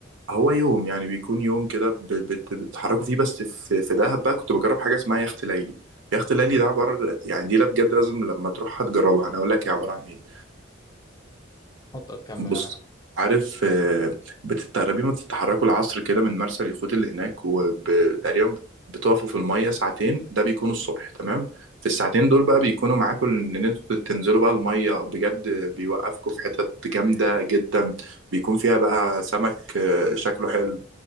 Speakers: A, on the right; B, on the left.
A: هو يوم يعني بيكون يوم كده ب- بت- بتتحركوا فيه بس في في دهب بقى كنت بجرب حاجه اسمها يخت ليلي يخت ليلي ده عباره يعني دي لا بجد لازم لما تروحها تجربها انا اقول لك هي عباره عن ايه
B: اتفضل كمل
A: بص
B: انا معاك
A: عارف آه، بتتقربي ما بتتحركوا العصر كده من مرسى اليخوت اللي هناك وتقريبا بتقفوا في المية ساعتين ده بيكونوا الصبح تمام في الساعتين دول بقى بيكونوا معاكم ان انتوا تنزلوا بقى المية بجد بيوقفكم في حتت جامدة جدا بيكون فيها بقى سمك آه، شكله حلو